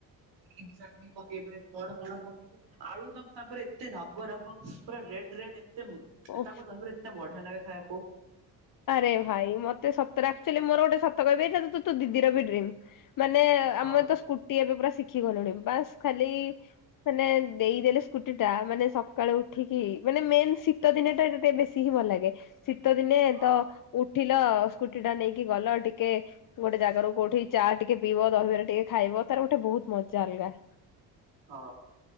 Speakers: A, on the right; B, on the left.
A: ଗ୍ରିନ୍ ଚଟ୍ନି ପକେଇବେ କଣ-କଣ ପକେଇକି ଆଳୁ ଦମ୍ ତାଙ୍କର ଏତେ ରାଗ ରାଗ ପୁରା ରେଡ୍-ରେଡ୍ ଏତେ
B: ହଁ
A: ତାଙ୍କ ଦହିବରା ଏତେ ବଢିଆ ଲାଗେ ଖାଇବାକୁ।
B: ଆରେ ଭାଇ ମତେ ସତରେ ଆକ୍ଚୁଆଲି ମୋର ଗୋଟେ ସତ କହିବି ତୁ ତୋ ଦିଦିର ବି ଡ୍ରିମ୍। ମାନେ
A: ହଁ
B: ଆମେ ତ ସ୍କୁଟି ଏବେ ପୁରା ଶିଖିଗଲୁଣି ବାସ୍ ଖାଲି ମାନେ ଦେଇଦେଲେ ସ୍କୁଟି ଟା ମାନେ ସକାଳେୁ ଉଠିକି ମାନେ ମେନ୍ ସି ଶୀତ ଦିନେ ତ ଏଇଟା ଟିକେ ବେଶୀ ହିଁ ଭଲ ଲାଗେ, ଶୀତ ଦିନେ
A: ହଁ
B: ତ ଉଠିଲ ସ୍କୁଟି ଟା ନେଇକି ଗଲ ଟିକେ ଗୋଟେ ଜାଗାରୁ କୋଉଠି ଚା ଟିକେ ପିଇବ, ଦହିବରା ଟିକେ ଖାଇବ ତାର ଗୋଟେ ବହୁତ୍ ମଜା ଅଲଗା।
A: ହଁ